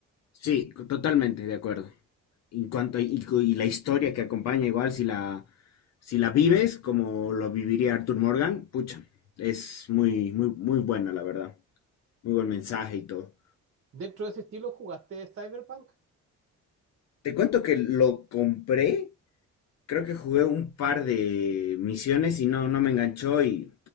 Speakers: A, on the left; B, on the right.
A: Sí, co- totalmente de acuerdo. En cuanto a- y, co- y la historia que acompaña, igual si la si la vives como lo viviría Arthur Morgan, pucha, es muy muy muy buena la verdad. Muy buen mensaje y todo.
B: ¿Dentro de ese estilo jugaste Cyberpunk?
A: Te cuento que lo compré, creo que jugué un par de misiones y no no me enganchó y